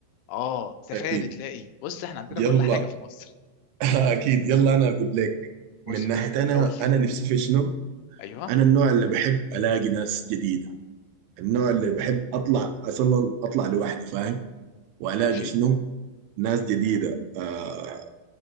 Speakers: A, on the left; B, on the right.
A: اه سفاري
B: اكيد
A: تلاقي بص احنا عندنا
B: يلا
A: كل حاجه في مصر
B: <laughs> اكيد يلا انا اقول لك
A: بص
B: من
A: يا
B: ناحيه
A: سيدي
B: انا
A: اقول لك.
B: انا نفسي في شنو
A: ايوه
B: انا النوع اللي بحب الاقي ناس جديده النوع اللي بحب اطلع اصلا اطلع لوحدي فاهم والاقي
A: ماشي
B: شنو ناس جديده آه